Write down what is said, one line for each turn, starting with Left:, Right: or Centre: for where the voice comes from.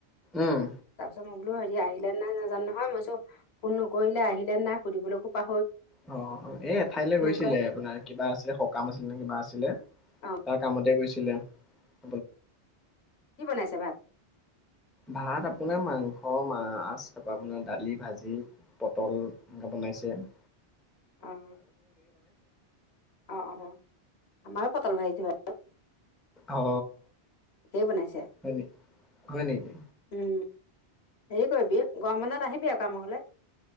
Centre: উম
Left: তাৰপিছত মই বোলো হেৰি আহিলে নাই নাজানো নহয় মই চো ফোন নকৰিলে আহিলে নাই সুধিবলৈকো পা
Centre: অ হয় এ এঠাইলৈ গৈছিলে
Left: কৰা
Centre: আপোনাৰ কিবা আছিলে সকাম আছিলে নে কিবা আছিলে ৷
Left: অ
Centre: তাৰ কামতে গৈছিলে ৷
Left: কি বনাইছে ভাত?
Centre: ভাত আপোনাৰ মাংস মাছ তাৰপা আপোনাৰ দালি ভাজি পটল এনেকে বনাইছে ৷
Left: অহ অ অ আমাৰ পটল ভাজিছো আউ
Centre: অ
Left: একেই বনাইছে
Centre: হয় নি হয় নেকি
Left: উম৷ হেৰি কৰিবি গৰম বনত আহিবি আক কাম ঘলে ৷